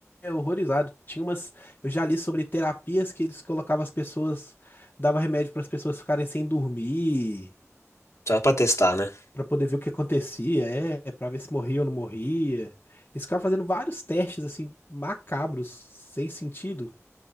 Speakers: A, on the left; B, on the left.
A: horrorizado. Tinha umas, eu já li sobre terapias que eles colocavam as pessoas, dava remédio para as pessoas ficarem sem dormir.
B: Só pra testar, né?
A: Pra poder ver o que acontecia, é, pra ver se morria ou não morria. Eles ficavam fazendo vários testes, assim, macabros, sem sentido.